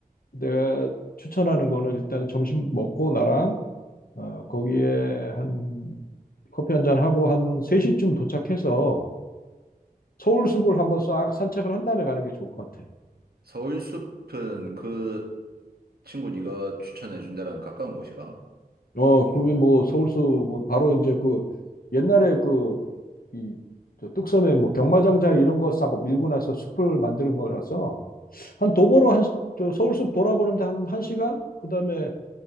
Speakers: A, on the left; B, on the right.
A: 내가 추천하는 거는 일단 점심 먹고 나랑, 어, 거기에 한, 커피 한 잔 하고 한 3시쯤 도착해서 서울 숲을 한번 싹 산책을 한 다음에 가는 게 좋을 것 같아.
B: 서울숲은 그 친구 네가 추천해 준다랑 가까운 곳이가?
A: 어, 그게 뭐 서울숲은 바로 이제 그 옛날에 그 이 뚝섬에 뭐 경마장 자리 이런 거 싸고 밀고 나서 숲을 만드는 거라서 한 도보로 한 시- 저 서울숲 돌아보는데 한 1시간 그다음에